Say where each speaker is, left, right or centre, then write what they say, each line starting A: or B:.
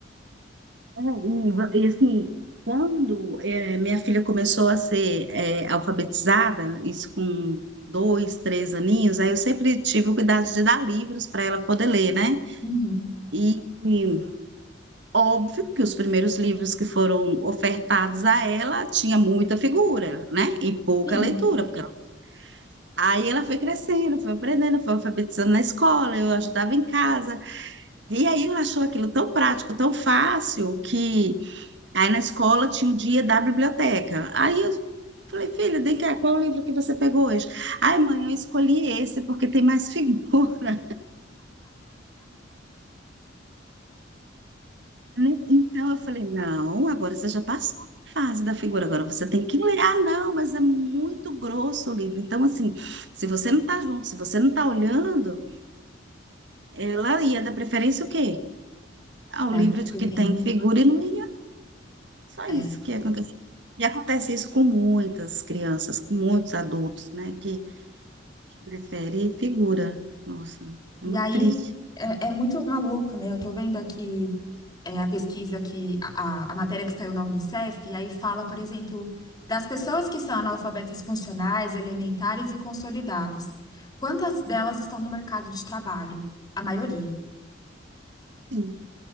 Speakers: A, on the right (about 65°); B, on the left (about 20°).
A: É, E, va- e, assim, quando eh, minha filha começou a ser eh, alfabetizada, isso com dois, três aninhos, aí eu sempre tive o cuidado de dar livros para ela poder ler, né?
B: Uhum.
A: E, e óbvio que os primeiros livros que foram ofertados a ela tinha muita figura, né? E pouca
B: Sim.
A: leitura, porque ela- Aí ela foi crescendo, foi aprendendo, foi alfabetizando na escola, eu ajudava em casa. E aí ela achou aquilo tão prático, tão fácil, que Aí na escola tinha o dia da biblioteca. Aí eu falei, filha, vem cá, qual o livro que você pegou hoje? Ai, mãe, eu escolhi esse porque tem mais figura, <laughs> né? Então eu falei, não, agora você já passou a fase da figura, agora você tem que ler. Ah, não, mas é muito grosso o livro. Então, assim, se você não tá junto, se você não tá olhando, ela ia dar preferência o quê? Ao
B: Caraca,
A: livro de
B: porque
A: que
B: tem.
A: tem figura e não ia. Só
B: É.
A: isso que ia acontecer. E acontece isso com muitas crianças, com muitos adultos, né? Que que prefere figura. Nossa, é
B: E
A: muito
B: aí
A: triste.
B: é, é muito maluco, né? Eu tô vendo aqui é, a pesquisa que a, a a matéria que saiu na Unicef, e aí fala, por exemplo, das pessoas que são analfabetas funcionais, elementares e consolidadas. Quantas delas estão no mercado de trabalho? A maioria.
A: Sim,